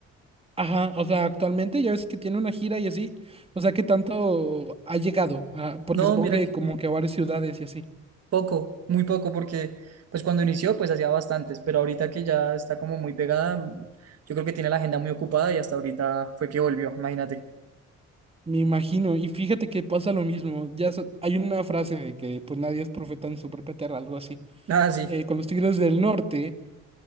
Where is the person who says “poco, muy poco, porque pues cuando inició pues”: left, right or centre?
Right